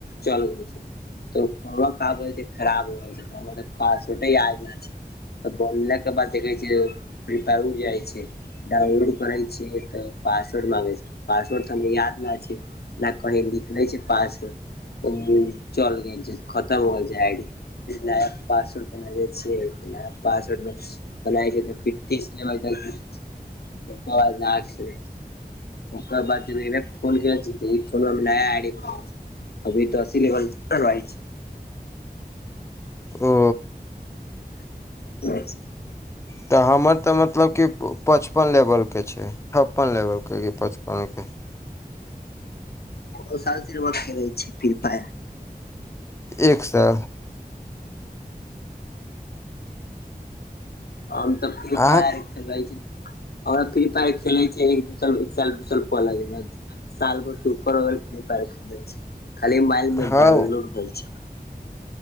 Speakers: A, on the left; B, on the left.
A: चल गेल छै त खराब हो छै हमर पास छोटे यद छै, तऽ बोललाक के बाद देखै छै फ्री फायर हो जाइ छै डाउनलोड करै छैिय तऽ पकसवर्ड मगै छै पसवर्ड याद नहि छै ने कहीं लिखले छै पास तब दू चल गेल छै खताा ब जा आ--ु नया पासवर्ड बनाबे छियै नया पासवर्ड मे ब छै तऽ फिटस--चंछंचं घ् बहुत न छै ओकर बाद फोन छी फोन नया आय अभी दस ह लेवल रहै छै।
B: ओ
A: अ
B: तऽ हमर तऽ मतलब कि पच छप्पन लेवल के छै छप्पन लेवल के कि पचपनके
A: ओ साल सर बा खेलै छै फिर पाय
B: एक साल
A: हम तऽ फ्री
B: अहाँ
A: फायर खेलै छी ओरा फ्री फायर खेले छै एक दूस एक साल दू साल सुपर भेलै खाली मोबाइल मे
B: हँ
A: डाउनलोड भेल छी